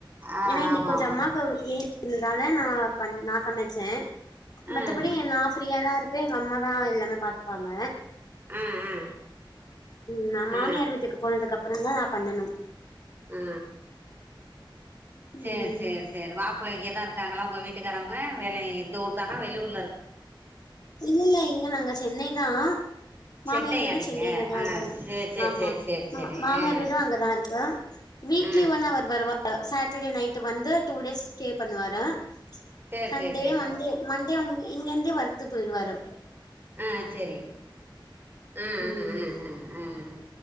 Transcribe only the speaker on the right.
ஆ
ஆமாம்
ஆமாம்
ம்
ஆ ஆ
ஆ
ஆ சேரி
சேரி சேரி மாப்பிள்ள இங்கதாரு க்காங்களா உங்க வீட்டுக்காரவ்ங்க வேலை இந்த ஊர் தானா வெளியூர்
சென்னையா
நீங்கள்
ஆ
சரி சரி
சரி சரி சரி
ஆ
ஆ
சரி
சரி சரி
ஆ சேரி ஆஹ்
ஆஹ் ஆஹ் ஆஹ் ஆஹ்